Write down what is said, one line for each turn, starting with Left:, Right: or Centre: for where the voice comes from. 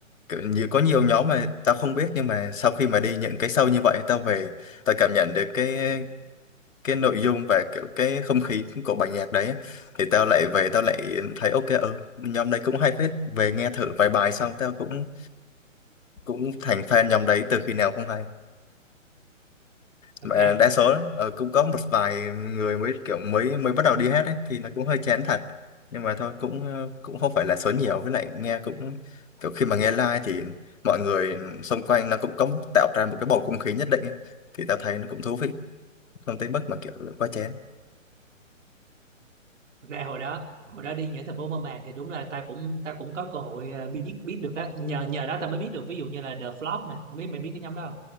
Left: kiểu như có nhiều nhóm mà tao không biết nhưng mà sau khi mà đi những cái show như vậy tao về tao cảm nhận được cái cái nội dung và kiểu cái không khí của bài nhạc đấy á, thì tao lại về tao lại thấy ok ừ, nhóm đấy cũng hay phết về nghe thử vài bài xong tao cũng cũng thành fan nhóm đấy từ khi nào không hay
Right: thật
Left: mà
Right: ra
Left: đa số ờ, cũng có một vài người mới kiểu mới mới bắt đầu đi hát ấy, thì nó cũng hơi chán thật nhưng mà thôi cũng ờ, cũng không phải là số nhiều với lại nghe cũng kiểu khi mà nghe live thì mọi người xung quanh nó cũng có tạo ra một cái bầu không khí nhất định ấy. thì tao thấy nó cũng thú vị không tới mức mà kiểu quá chén
Right: thật ra hồi đó hồi đó đi những thành phố mơ màng thì đúng là ta cũng ta cũng có cơ hội ờ, biết biết được á nhờ nhờ đó ta mới biết được ví dụ như là The Flop nè không biết mày biết cái nhóm đó